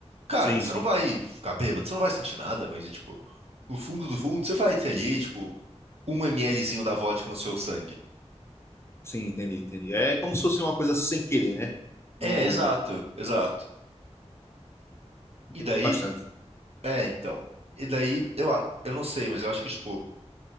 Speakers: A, on the right; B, on the left.
A: Cara,
B: Sim,
A: você
B: sim.
A: não vai ficar bêbado, você não vai sentir nada, mas, é, tipo, no fundo do fundo, você vai ter ali, tipo, um mlzinho da vodka no seu sangue.
B: Sim, entendi, entendi. É como se fosse uma coisa sem querer, né?
A: É,
B: Não
A: exato, exato.
B: entendi
A: E daí,
B: bastante.
A: é, então. E daí, eu, a- eu não sei, mas eu acho que, tipo,